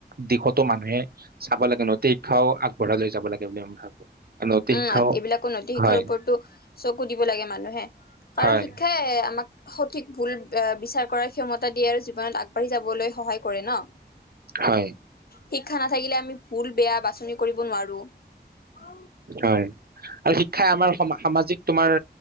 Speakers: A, on the right; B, on the left.
A: দিশতো মানুহে চাব লাগে ন তীৰ্ খাও আগবঢ় লৈ যাব লাগে বুলি মই ভাবো। আৰু নৈতিক
B: উম
A: শিক্ষাও
B: এইবিলাকো নৈতিক শিক্ষাৰ
A: হয়
B: ওপৰতো চকু দিব লাগে মানুহে কাৰণ
A: হয়
B: শিক্ষাই আমাক সঠিক ভুল বিচাৰ কৰাৰ ক্ষমতা দিয়ে আৰু জীৱনত আগবাঢ়ি যাবলৈ সহায় কৰে ন
A: হয়
B: শিক্ষা নাথাকিলে আমি ভুল বেয়া বাছনি কৰিব নোৱাৰো অ
A: হয় আৰু শিক্ষাই আমাৰ সামাজিক তোমাৰ